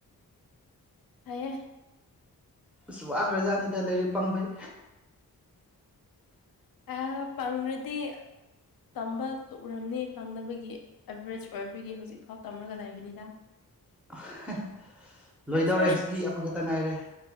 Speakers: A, on the left; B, in the centre.
A: ꯍꯌꯦꯦ
B: ꯑꯁ ꯋꯥꯈ꯭ꯔꯖꯥꯠꯅꯤꯗ ꯂꯥꯏꯔꯤꯛ ꯄꯥꯕꯩ
A: ꯑ ꯄꯪꯔꯗꯤ ꯇꯝꯕ ꯇꯎꯔꯝꯅꯤ ꯄꯥꯡꯅꯕꯒꯤ ꯑꯦꯚꯔꯦꯖ ꯑꯣꯏꯕꯒꯤ ꯍꯧꯖꯤꯛꯐꯥꯎ ꯇꯝꯔꯒ ꯂꯩꯕꯅꯤꯗ
B: <inaudible> ꯂꯣꯏꯗꯧꯔꯦ
A: ꯑꯩꯁꯨ
B: ꯆꯍꯤ ꯑꯃꯈꯛꯇ ꯉꯥꯏꯔꯦ